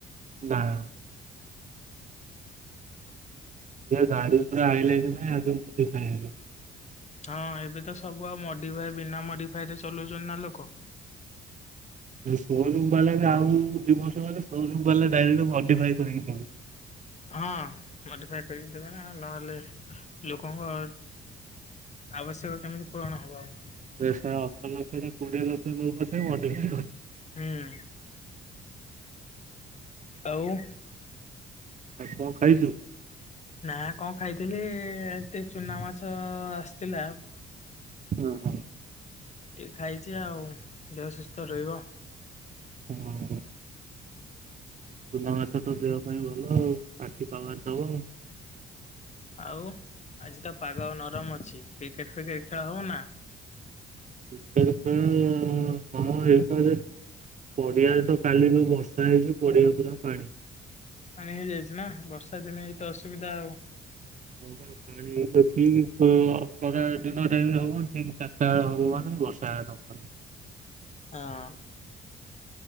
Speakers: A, on the right; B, on the left.
A: <unintelligible> ଗାଡ଼ି ପୁରା ଆଇଲେ <unintelligible>
B: ହଁ ଏବେ ତ ସବୁ ଆଉ ମଡିଫାଏ ବିନା ମଡିଫାଏ ରେ ଚଲଉଛନ୍ତି ନା ଲୋକ।
A: ସୋରୁମ୍ ବାଲାରେ ଆଉ ଦୁଇ ବର୍ଷ ହେଲେ ସୋ ରୁମ୍ ବାଲା ମଡିଫାଇ କରିକିି ପିନ୍ଧି
B: ହଁ, ମଡ଼ିଫାଏ କରିକି ଦେବେ ନା ନହେଲେ ଲୋକଙ୍କ ଆବଶ୍ୟକ କେମିତି ପୂରଣ ହବ ଆଉ?
A: <unintelligible> ନଉ ପଛେ ମଡିଫାଏ କରିକି
B: ହୁଁ, ଆଉ
A: ଆଉ କଣ ଖାଇଚୁ?
B: ନା କଣ ଖାଇଥିଲି ଏତେ ଚୁନା ମାଛ ଆସିଥିଲା।
A: ଅଁ ହଁ।
B: ଟିକେ ଖାଇଚି ଆଉ ଦେହ ସୁସ୍ଥ ରହିବ।
A: ଉଁ ହୁଁ ଚୁନା ମାଛ ତ ଦେହ ପାଇଁ ଭଲ ଆଉ ଆଖି ପାୱାର ଦବ।
B: ଆଉ, ଆଜି ତ ପାଗ ନରମ ଅଛି କ୍ରିକେଟ ଫ୍ରିକେଟ ଖେଳ ହବ ନା? <inaudible>
A: କ୍ରିକେଟ ଖେଳ ହଁ ଏଇପରେ, ପଡିଆରେ ତ କାଲି ଯୋଉ ବର୍ଷା ହେଇଛି ପଡିଆ ପୁରା ପାଣି।
B: ପାଣି ହେଇଯାଇଛି ନା ବର୍ଷା ଦିନେ ଏଇତ ଅସୁବିଧା ଆଉ।
A: <unintelligible> ଠିକ <unintelligible> ଚାରିଟା ବେଳେ ହଉ ମାନେ ବର୍ଷା ଅଛି। <unintelligible>
B: ଆଁ